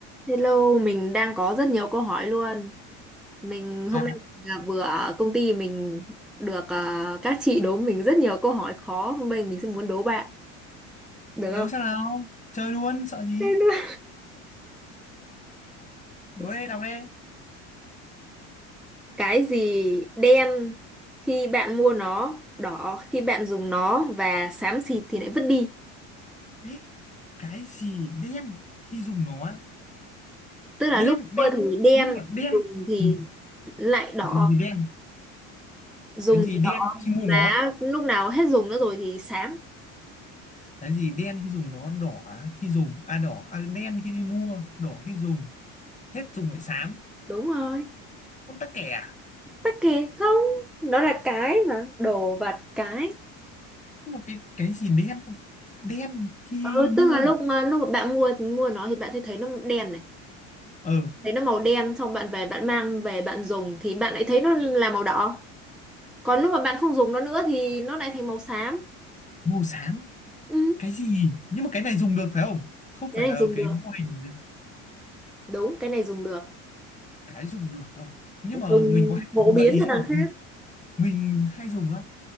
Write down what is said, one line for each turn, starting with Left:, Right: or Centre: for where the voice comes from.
Centre: Hello, mình đang có rất nhiều câu hỏi luôn. Mình hôm
Left: à
Centre: nay là vừa ở công ty mình được à, các chị đố mình rất nhiều câu hỏi khó. Hôm nay mình sẽ muốn đố bạn, được
Left: Đố
Centre: không?
Left: xem nào Chơi luôn sợ gì
Centre: Thế nữa.
Left: Đố
Centre: <laughs>
Left: đây đọc đây
Centre: Cái gì đen khi bạn mua nó, đỏ khi bạn dùng nó và xám xịt thì lại vứt đi.
Left: Ê, Cái gì đen khi dùng nó á?
Centre: Tức là
Left: Đen
Centre: lúc
Left: đen
Centre: mua thì đen,
Left: Nhưng mà đen
Centre: dùng thì
Left: ừ.
Centre: lại đỏ,
Left: Dùng gì đen
Centre: dùng
Left: Cái gì
Centre: thì
Left: đen
Centre: đỏ,
Left: khi mua
Centre: mà
Left: nó
Centre: lúc nào hết dùng nữa rồi thì xám.
Left: Cái gì đen khi dùng nó Đỏ á, khi dùng À đỏ à, Đen khi đi mua Đỏ khi dùng Hết dùng lại xám
Centre: Đúng rồi.
Left: Con tắc kè à?
Centre: tắc kè không nó là cái mà đồ vật cái
Left: Nhưng mà cái, cái gì đen Đen khi
Centre: ừ
Left: mua
Centre: tức là lúc mà lúc mà bạn mua mua nó thì bạn sẽ thấy nó đen này
Left: Ờ
Centre: thấy nó màu đen xong bạn về bạn mang về bạn dùng thì bạn lại thấy nó là màu đỏ còn lúc mà bạn không dùng nó nữa thì nó lại thành màu xám
Left: Mua xám
Centre: ừ.
Left: Cái gì Nhưng mà cái này dùng được phải không Không
Centre: cái
Left: phải là
Centre: này dùng
Left: cái
Centre: được
Left: mô hình
Centre: đúng cái này dùng được
Left: cái dùng được cơ nhưng mà
Centre: dùng
Left: mình có hay
Centre: phổ
Left: dùng không
Centre: biến
Left: gợi ý
Centre: cho
Left: xem
Centre: đằng
Left: nào
Centre: khác
Left: mình hay dùng á